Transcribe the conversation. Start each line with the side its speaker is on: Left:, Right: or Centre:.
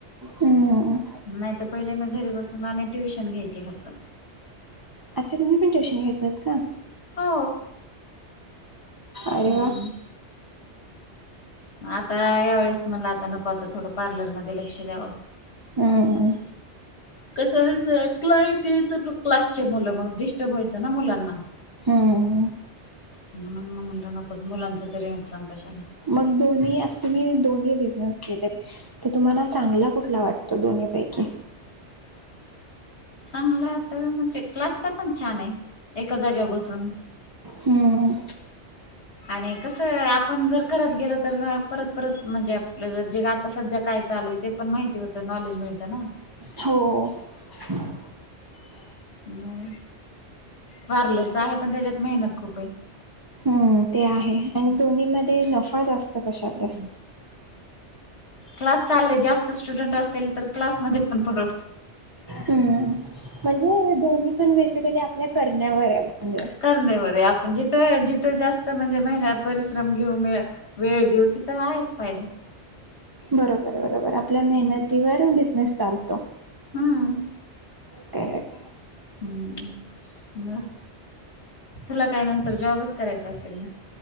Right: हम्म.
Left: नाहीतर पहिले मी घरी बसून आणि ट्युशन घ्यायचे फक्त.
Right: अच्छा, तुम्ही पण ट्यूशन घ्याचत का?
Left: हो.
Right: अरे
Left: हम्म.
Right: वा
Left: आता यावेेळेस म्हणल आता नको आता थोडं पार्लरमध्येध्ये लक्ष द्यावं.
Right: हम्म.
Left: कसं व्होयच क्लाईट यायचं क्लासचे मुलं मग डिस्टर्ब व्हायचं ना मुलांना.
Right: हं.
Left: म्हणून मी म्हनलं नकोस, मुलांचं तरी नुकसान कशाला.
Right: मग दोन्ही, आता तुम्ही दोन्ही बिझनेस केलेत, त तुम्हाला चांगला कुठला वाटला त दोन्ही पैकी
Left: चांगला आ त, म्हणजे क्लासचा पण छान ये, एका जाग्याव बसून.
Right: हम्म.
Left: आणि कसं, आपण जर करत गेल तर ना, परत-परत म्हणजे, आपल्या जे आता सध्या काय चालू ये ते पण माहिती होत, नॉलेज मिळतं ना?
Right: हो. ह <unintelligible>
Left: न पार्लरचा आहे, पण त्याच्यात, मेहनत खूप ये.
Right: हम्म, ते आहे आणि दोन्ही मध्ये, नफा जास्त कशात ये?
Left: क्लास चालले, जास्त स्टुडंट असतील, तर क्लासमध्ये पण परवडतं.
Right: हम्म म्हणजे हे दोन्ही पण, बेसिकली आपल्या करण्यावर ये, म्हणजे?
Left: करण्यावर ये, आपण जीथं-जिथं जास् त म्हणजे मेहनत परिश्रम घेऊ, म वेळ देऊ, तिथं आहेच फायदा.
Right: बरोबर, बरोबर, आपल्या मेहनतीवर, बिझनेस चालतो.
Left: हम्म
Right: ह <unintelligible>
Left: ह्म, ब तुला काय नंतर, जॉबच करायचा असेल ना?